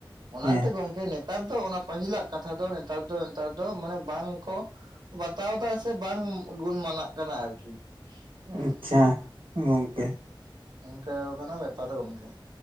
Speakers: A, on the right (about 50°); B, on the right (about 80°).
A: ᱚᱱᱟᱛᱮ
B: ᱦᱮᱸ
A: ᱜᱚᱝᱠᱮ ᱱᱮᱛᱟᱨ ᱫᱚ ᱚᱱᱟ ᱯᱟᱹᱦᱤᱞᱟᱜ ᱠᱟᱛᱷᱟ ᱫᱚ ᱱᱮᱛᱟᱨ ᱫᱚ ᱱᱮᱛᱟᱨ ᱫᱚ ᱢᱟᱱᱮ ᱵᱟᱝ ᱠᱚ ᱵᱟᱛᱟᱣ ᱫᱟ ᱥᱮ ᱵᱟᱝ ᱜᱩᱱᱢᱟᱱᱟᱜ ᱠᱟᱱᱟ ᱟᱨᱠᱤ᱾ ᱦᱮᱸ᱾
B: ᱟᱪᱪᱷᱟ ᱜᱚᱝᱠᱮ
A: ᱚᱱᱠᱟᱣ ᱠᱟᱱᱟ ᱵᱮᱯᱟᱨ ᱜᱚᱝᱠᱮ,